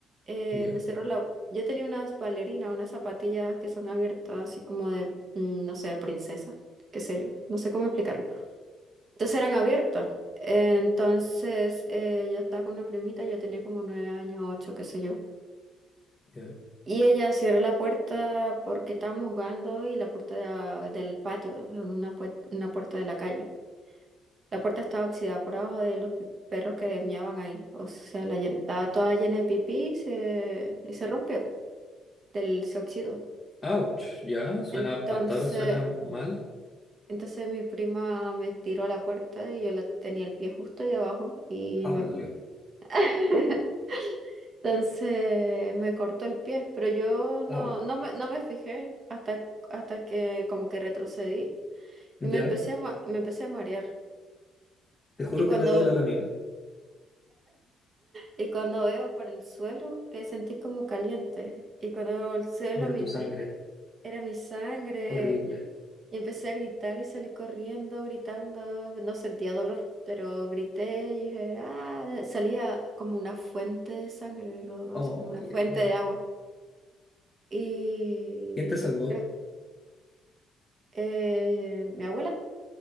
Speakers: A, on the right; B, on the left.
A: eh,
B: Ya,
A: me cerró la... Yo tenía unas bailarinas, unas zapatillas que son abiertas así como de, mm, no sé, princesa, qué sé yo, no sé cómo explicarlo. Entonces eran abiertos. Entonces eh, yo estaba con una primita, yo tenía como nueve años, ocho, qué sé yo.
B: ya.
A: Y ella cerró la puerta porque estábamos jugando y la puerta de- del patio, en una, pue- una puerta de la calle. La puerta estaba oxidada por abajo de los pi- perros que miaban ahí. O sea, la llen- estaba toda llena de pipí y se, y se rompió, del, se oxidó.
B: Ouch. Ya. Suena,
A: Entonces,
B: hasta ahora suena mal.
A: entonces mi prima me tiró a la puerta y yo la tenía el pie justo ahí abajo y
B: Au,
A: me...
B: me dolió.
A: <laughs> Entonces me cortó el pie, pero yo no,
B: Au.
A: no me, no me fijé hasta, hasta que como que retrocedí
B: Ya.
A: y me empecé a, ma- me empecé a marear.
B: Te juro
A: Y cuando,
B: que me duele ahora mismo.
A: y cuando veo para el suelo, que sentí como caliente. Y cuando veo el suelo,
B: Y era
A: mi
B: tu
A: pie
B: sangre.
A: era mi sangre.
B: Horrible.
A: Y empecé a gritar y salí corriendo, gritando. No sentía dolor, pero grité y dije, ah, salía como una fuente de sangre, Rorro,
B: Ay,
A: así como una fuente
B: ay,
A: de
B: ay.
A: agua. Y
B: ¿Quién te salvó?
A: creo- eh, mi abuela